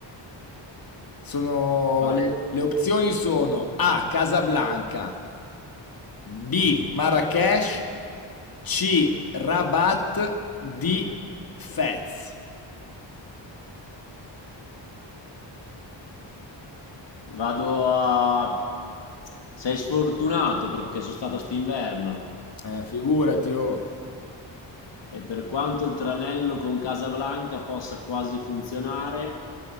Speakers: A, on the left; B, on the left.
A: Sono
B: vai.
A: le, le opzioni sono A. Casablanca, B. Marrakesh, C. Rabat, D. Fez.
B: Vado a... Sei sfortunato perché sono stato st'inverno
A: Eh, figurati, oh.
B: e per quanto il tranello con Casablanca possa quasi funzionare,